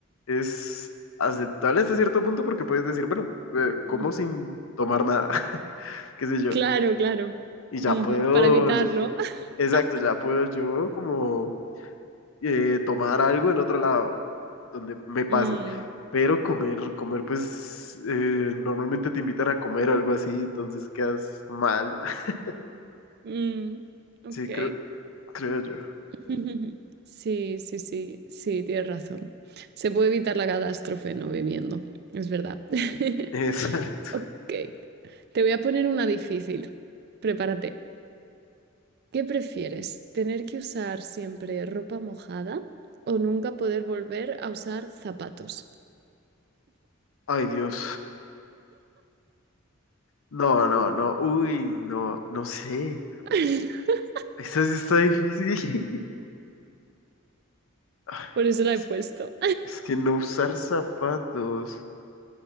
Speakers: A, on the left (about 70°); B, on the right (about 50°).
A: es aceptable hasta cierto punto porque puedes decir, bueno, eh, como
B: mm.
A: sin tomar nada, <laughs> qué sé yo,
B: Claro, claro.
A: y ya
B: Ujú,
A: puedo,
B: Para evitarlo. <laughs>
A: exacto, ya puedo yo como eh, tomar algo en otro lado, donde me pase,
B: Mm,
A: pero comer, comer, pues eh, normalmente te invitan a comer o algo así, entonces quedas mal, <laughs>
B: mm, ok.
A: sí, creo, creo yo.
B: <laughs> Sí, sí, sí, sí, tienes razón. Se puede evitar la catástrofe no bebiendo, es verdad. <laughs>
A: <laughs> Exacto.
B: Ok, te voy a poner una difícil. Prepárate. ¿Qué prefieres? ¿Tener que usar siempre ropa mojada o nunca poder volver a usar zapatos?
A: Ay, Dios. No, no, no. Uy, no, no sé.
B: <laughs>
A: Esa sí está difícil. <laughs> Ay,
B: Por eso la
A: Es
B: he puesto.
A: que, es que no usar zapatos.